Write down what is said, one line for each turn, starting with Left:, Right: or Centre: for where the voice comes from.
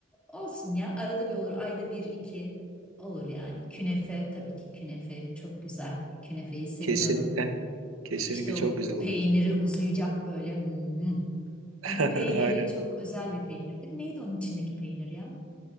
Centre: Olsun ya arada bir olur ayda bir iki olur yani künefe tabii ki künefe çok güzel künefeyi seviyorum
Right: Kesinlikle kesinlikle
Centre: işte o
Right: çok güzel
Centre: peyniri
Right: oluyor.
Centre: uzayacak böyle hmm.
Right: <laughs>
Centre: Onun peyniri
Right: Aynen.
Centre: çok özel bir peynir değil mi? Neydi onun içindeki peynir ya?